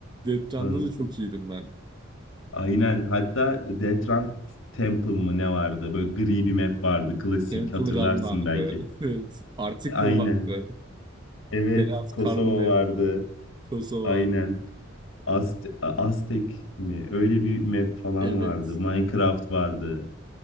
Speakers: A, on the right (about 20°); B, on the left (about 75°).
A: Death Run'da
B: An-
A: da çok iyiydim ben.
B: Aynen. Hatta Detran Temple mı ne vardı? Böyle gri bir map vardı. Klasik
A: Temple
B: hatırlarsın
A: Run vardı.
B: belki.
A: <laughs> Evet. Article
B: Aynen.
A: vardı.
B: Evet.
A: Beyaz
B: Kosova
A: Karlı Met.
B: vardı.
A: Kosova.
B: Aynen. Azte- Aztek mi? Öyle bir map falan
A: Evet.
B: vardı. Minecraft vardı.